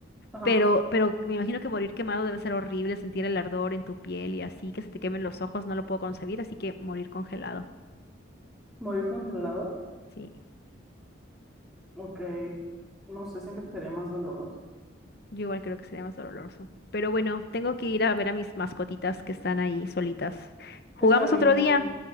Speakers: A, in the centre; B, on the left (about 55°).
A: Ajá.
B: Pero, pero me imagino que morir quemado debe ser horrible, sentir el ardor en tu piel y así, que se te quemen los ojos, no lo puedo concebir, así que morir congelado.
A: ¿Morir congelado?
B: Sí.
A: Ok. No sé, siento que sería más doloroso.
B: Yo igual creo que sería más doloroso. Pero bueno, tengo que ir a ver a mis mascotitas que están ahí solitas. ¿Jugamos
A: Está bien.
B: otro día?